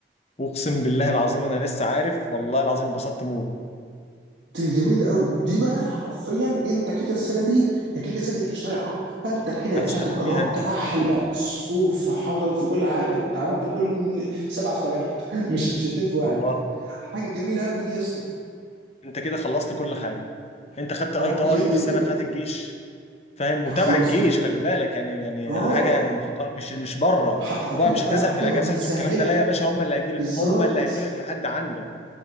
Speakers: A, on the left; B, on the right.
A: اقسم بالله العظيم انا لسه عارف والله العظيم اتبسطت موت
B: دي جميل قوي دي بقى حرفيا انت كده السنه دي يا كيكه السنه دي مش ضايعه فانت كده يا
A: هتستفاد
B: باشا هتبقى
A: بيها
B: ضربت
A: انت بقى
B: احلى عصفور في حجر في كل حاجه انت عملت كل سبعه في ثمانيه <laughs> مش مش اتنين في واحد
A: والله
B: حاجه جميله قوي دي يا اسطى
A: انت كده خلصت كل حاجه انت خدت اي
B: اه
A: تي
B: بجد
A: اي في
B: يبقى-
A: السنه بتاعت الجيش فاهم وتابع
B: فخلاص
A: الجيش
B: يبقى
A: خلي بالك يعني يعني
B: اه
A: حاجه يعني محتر- مش مش بره
B: هت- هتبقى
A: وبقى مش هتزهق
B: هتبقى
A: في الاجازات
B: متسهله
A: والكلام ده لا يا باشا هم اللي هيجي لك
B: بالظبط
A: هم اللي هيجوا لك لحد عندك